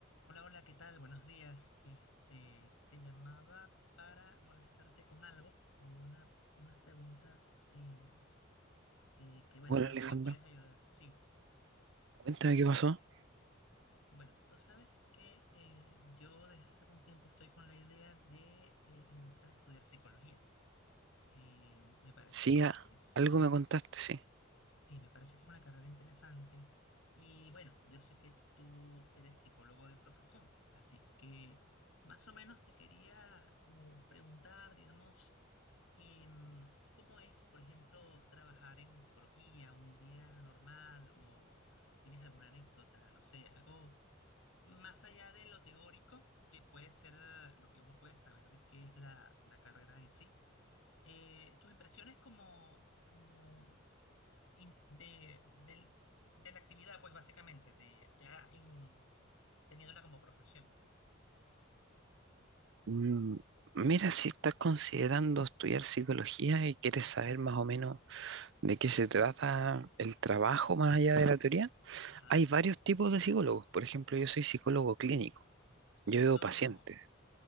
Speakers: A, on the left (about 85°); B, on the right (about 65°).
A: Hola, hola, ¿qué tal? Buenos días. Este, te llamaba para molestarte con algo, con una, unas preguntas eh, eh, que, bueno,
B: Hola
A: creo
B: Alejandro,
A: que me puedes ayudar. Sí,
B: cuéntame qué pasó.
A: bueno, tú sabes que eh, yo desde hace algún tiempo estoy con la idea de eh, ingresar a estudiar psicología. Eh, me parece
B: Sí,
A: que
B: a-
A: es
B: algo
A: una
B: me contaste, sí.
A: Sí, me parece que es una carrera interesante. Y bueno, yo sé que tú eres psicólogo de profesión, así que más o menos te quería como preguntar, digamos, em, ¿cómo es, por ejemplo, trabajar en psicología un día normal o si tienes alguna anécdota, no sé, algo más allá de lo teórico, que puede ser eh, lo que uno puede saber de qué es la, la carrera en sí? Eh, tus impresiones como, como in- de, del- de la actividad, pues básicamente, de, ya en, teniéndola como profesión.
B: Mm, mira, si estás considerando estudiar psicología y quieres saber más o menos de qué se trata el trabajo más allá de la teoría,
A: Ajá.
B: hay varios tipos de psicólogos. Por ejemplo, yo soy psicólogo clínico,
A: Y
B: yo
A: eso,
B: veo pacientes.